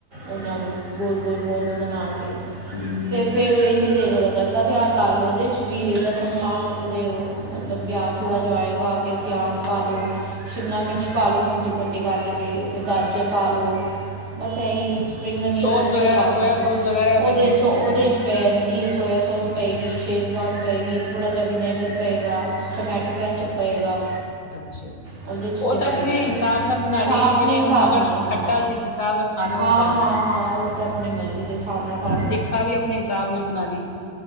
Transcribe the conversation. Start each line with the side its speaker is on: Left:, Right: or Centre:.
Right: ਉਹਨਾਂ ਨੂੰ ਗੋਲ-ਗੋਲ ਬੋਲਸ ਬਣਾ ਕੇ
Left: ਹੂੰ
Right: ਤੇ ਫੇਰ ਇਨੀ ਦੇਰ ਉਹਦਾ ਤੜਕਾ ਤੜਕਾ ਤਿਆਰ ਕਰ ਲਓ ਉਹਦੇ ' ਵੀ ਲਸਣ ਪਾ ਸਕਦੇ ਹੋ ਮਤਲਬ
Left: ਹੂੰ
Right: ਪਿਆ ਥੋੜ੍ਹਾ ਜਿਹਾ ਓਇਲ ਪਾ ਕੇ ਪਿਆਜ਼ ਪਾ ਲਉ, ਸ਼ਿਮਲਾ ਮਿਰਚ ਪਾ ਲਉ ਮੋਟੀ-ਮੋਟੀ ਕੱਟ ਕੇ। ਫਿਰ ਗਾਜਰ ਪਾ ਲਓ। ਬਸ ਇਹਹੀ ਸਪ੍ਰਿੰਗ ਅਨੀਅਨ
Left: ਸੋਸ
Right: ਦੇ ਉਪਰ
Left: ਵਗੈਰਾ
Right: ਪਾ
Left: ਸੋਇਆ
Right: ਸਕਦੇ
Left: ਸੋਸ ਵਗੈਰਾ
Right: ਹੋ
Left: ਪੈਂਦੀ
Right: ਉਹਦੇ-ਉਹਦੇ
Left: ਹੋਣਗੀ ਉਹਦੇ ਵਿੱਚ
Right: ਚ ਪੈਂਦੀ ਹੈ ਸੋਇਆ ਸੋਸ ਪਏਗੀ, ਸ਼ੇਜ਼ਵਾਨ ਪਏਗੀ ਥੋੜ੍ਹਾ ਜਿਹਾ ਵਿਨੇਗਰ ਪਏਗਾ। ਟੋਮੈਟੋ ਕੈਚਪ ਪਏਗਾ।
Left: ਅੱਛਾ,
Right: ਉਹਦੇ 'ਚ
Left: ਉਹ
Right: ਤੇ
Left: ਤਾਂ
Right: ਪਏਗਾ
Left: ਆਪਣੇ
Right: ਪਏ
Left: ਹਿਸਾਬ ਉਹਦੇ ਨਾਲ ਬਣਾ
Right: ਹਿਸਾਬ
Left: ਲਈਏ
Right: ਆਪਣੇ
Left: ਜਿਵੇਂ
Right: ਹਿਸਾਬ
Left: ਹੁਣ ਅਗਰ
Right: ਨਾਲ ਹਾਂ
Left: ਖੱਟਾ ਜਿਸ ਹਿਸਾਬ ਨਾਲ ਖਾਣਾ
Right: ਹਾਂ
Left: ਉਹ ਪਾਈਏ।
Right: ਹਾਂ ਹਾਂ, ਉਹ ਤਾਂ ਆਪਣੀ ਮਰਜ ਜਿ ਦੇ ਹਿਸਾਬ ਨਾਲ ਪਾ
Left: ਤਿੱਖਾ ਵੀ ਆਪਣੇ ਹਿਸਾਬ ਨਾਲ ਬਣਾ ਲਈਏ।